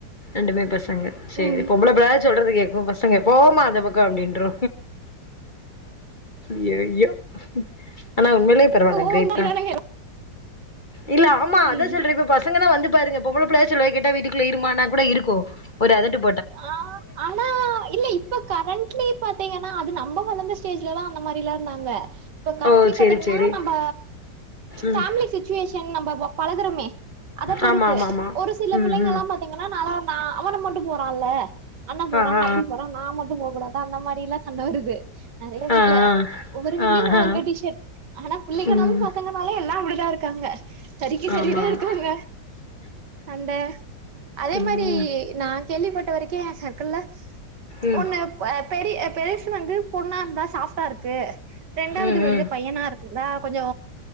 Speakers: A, on the left; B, on the right.
A: ரெண்டுமே பசங்க சேரி
B: ம்
A: பொம்பள புளையாவுது சொல்றத கேக்கு பச் சங்க போ மா அந்த பக்கோ அப்டின்ரு இய்யோ யோ ஆனா உண்மையிலியே பரவால
B: கோவந்தாயிரானுங்க
A: கிரேட் தா இல்ல ஆமா
B: ம்
A: அதா சொல்ற இப்பப் பசங்கனா வந்து பாருங்க பொம்பள பிள்ளையாவுது சொல்றத கேட்ட வீட்டுக்குள்ள இருமானா கூட இருக்கு ஒரு அதட்டுப்
B: ஆ ஆனா இல்ல இப்ப கரண்ட்லேப் பாத்தீங்கன் னா அது நம்ம வளந்த ஸ்டேஜ்லதா அந்த மாரிலா இருந்தாங்க இப்ப கரண்ட்லியேப்
A: ஓ சேரி
B: பாத்தீங்னா
A: சேரி
B: நம்ப
A: ம்
B: ஃபேமிலி சிச்சுவேஷன் நம்ம வப் பழகறமே அதப் பொறுத்து
A: ஆமா ஆமா ஆமா
B: ஒரு சிலப்
A: ம்
B: பிள்ளைங்கலாம்
A: ம்
B: பத் திங்கனா நாலா நா அவன மட்டும் போறா இல்ல அண்ணாப் போறா
A: ஆ ஆ
B: தம்பி போறா நா மட்டு போக்கூடாதா அந்த மாரிலா சண்ட வருது நெறைய வீட்ல
A: ஆ ஆ
B: ஒவ்வொரு வீ்ட்லியு
A: ஆ
B: ஒவ்வொரு
A: ஆ
B: கண்டிஷன் ஆனா பிள்ளைங்கனாலும்
A: ம்
B: பசங் கனாலே எல்லா அப்டிதா இருக்காங்க சரிக்கு சரிதா
A: ஆமா ஆமா
B: இருக்காங்க சண்ட அதே
A: ம்
B: மாரி நாங் கேள்விப்பட்ட வரைக்கு எ சர்க்கிள்ள
A: ம்
B: ஒன்னுப் க்வேப் பெரிய பெருசு வந்து பொண்ணா இந்தா சாஃப்டா இருக்கு ரெண்டாவது
A: ம்
B: வந்துப்
A: ம்
B: பையனாருக் தா கொஞ்சோ